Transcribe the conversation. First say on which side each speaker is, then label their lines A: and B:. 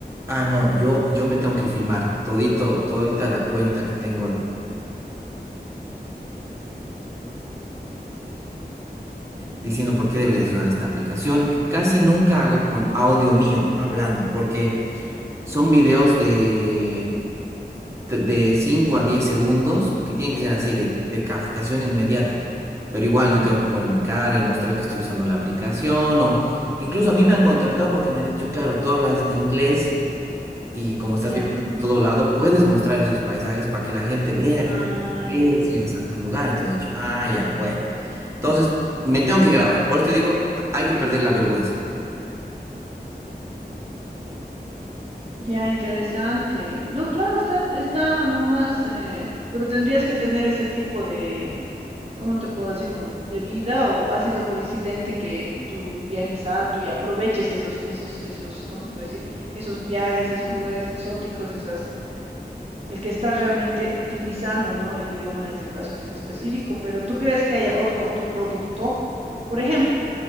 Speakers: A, on the right; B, on the right.
A: Ah, no, yo, yo me tengo que filmar. Todito, todita la cuenta <laughs> diciendo por qué deberías usar esta aplicación. Casi nunca hago con audio mío hablando, porque son videos de, de 5 a 10 segundos que tienen que ser así, de, de captación inmediata. Pero igual yo tengo que poner mi cara y mostrar que estoy usando la aplicación o incluso a mí me han contratado porque me han dicho, claro, tú hablas inglés. Y como estás
B: Ya.
A: viajando en todo lado, puedes mostrar esos paisajes para que la gente vea
B: Ah,
A: que co- es
B: ya, ya, ya.
A: y a tal lugar. Entonces he dicho, ah, ya, bueno. Entonces me tengo que grabar. Por eso te digo, hay que perder la vergüenza.
B: Ya, interesante. No, claro, está, está nomás, eh, pero tendrías que tener ese tipo de, ¿cómo te puedo decir? Como de vida o ha sido coincidente que tú viajes harto y aproveches esos, esos, esos, ¿cómo se puede decir? Esos viajes, esos lugares exóticos, esas el que está realmente utilizando, ¿no? El idioma en este caso que es específico, pero ¿tú crees que haya otro, otro producto? Por ejemplo,